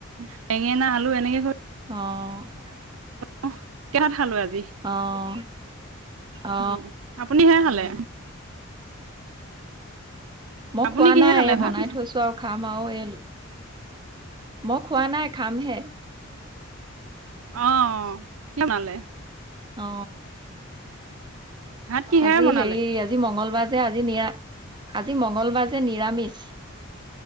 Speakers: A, on the right; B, on the right.
A: বেঙেনা, আলু এনেকে কৰি
B: অ'
A: অ', <unintelligible> খালো আজি
B: অ'। অ
A: উম, আপুনি কিহে খালে?
B: মই
A: আপুনি
B: খোৱা
A: কিহে
B: নাই,
A: খালে
B: এ বনাই
A: ভাত
B: থৈছো আৰু খাম আৰু, এই ল মইখ খোৱা নাই, খামহে।
A: অ', <unintelligible>
B: অ'
A: ভাত কিহেৰে
B: আজি
A: বনালে?
B: হেৰি, আজি মঙ্গলবাৰ যে, আজি নিৰা-আজি মঙ্গলবাৰ যে যে নিৰামিষ।